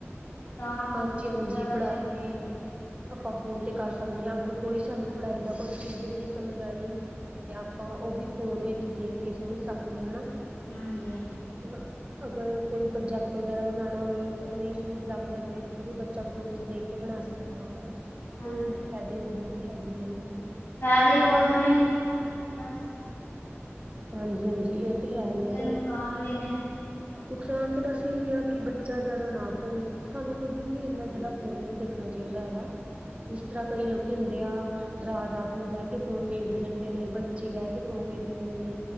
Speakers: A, on the left; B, on the right.
A: ਤਾਂ ਬ
B: ਹਾਂਜੀ ਹਾਂਜੀ
A: ਜਿਆਦਾ
B: ਪੜ੍ਹਾਈ
A: ਦੇਖਣ
B: ਵੀ
A: ਲੱਗ ਪਏ।
B: ਆਪਾਂ ਫੋਨ ਤੇ ਕਰ ਸਕਦੇ ਆਂ, ‌ਅਗਰ ਕੋਈ ਸਾਨੂੰ ਪੜ੍ਹਾਈ ਦਾ ਕੋਈ ਚੀਜ਼ ਨੀ ਸਮਝ ਆਈ। ਤੇ ਆਪਾਂ ਉਹ ਵੀ ਫੋਨ ਵਿੱਚ ਦੇਖ ਕੇ ਸਮਝ ਸਕਦੇ ਆਂ ਹਨਾ।
A: ਹਾਂਜੀ-ਹਾਂਜੀ।
B: ਅ ਅਗਰ ਕੋਈ ਪ੍ਰੋਜੈਕਟ ਵਗੈਰਾ ਬਣਾਉਣਾ ਹੋਵੇ, ਨਹੀਂ ਸਮਝ ਲੱਗ ਰਿਹਾ ਹੋਵੇ। ਤੇ ਉਹ ਵੀ ਬੱਚਾ ਫੋਨ 'ਚ ਦੇਖ ਕੇ ਬਣਾ ਸਕਦਾ ਵਾ ਹਨਾ।
A: ਹਾਂਜੀ
B: ਫੋਨ ਫਾਇਦੇ ਵੀ ਬਹੁਤ ਹੈਗੇ ਨੇ ਨਾ।
A: ਫੈਦੇ ਹੀ ਬਹੁਤ ਨੇ ਬਸ।
B: ਹਾਂਜੀ-ਹਾਂਜੀ, ਇਹ ਤੇ ਹੈ ਹੀ ਅਗਰ
A: ਨੁਕਸਾਨ ਵੀ ਨੇ
B: ਨੁਕਸਾਨ ਤਾਂ ਬਸ ਇਹੀ ਆ ਕਿ ਬੱਚਾ ਜ਼ਿਆਦਾ ਨਾ ਫੋਨ ਦੇਖੇ, ਸਾਨੂੰ ਖੁਦ ਨੂੰ ਵੀ ਇੰਨਾ ਜ਼ਿਆਦਾ ਫੋਨ ਨਹੀਂ ਦੇਖ ਦੇਖਣਾ ਚਾਹੀਦਾ ਹੈਗਾ, ਜਿਸ ਤਰ੍ਹਾਂ ਕਈ ਲੋਕੀ ਹੁੰਦੇ ਆ। ਰਾਤ-ਰਾਤ ਨੂੰ ਬਹਿ ਕੇ ਫੋਨ ਵੇਖਦੇ ਰਹਿੰਦੇ ਨੇ, ਬੱਚੇ ਬਹਿ ਕੇ ਫੋਨ ਵੇਖ। ਦਿੰਦੇ ਨੇ,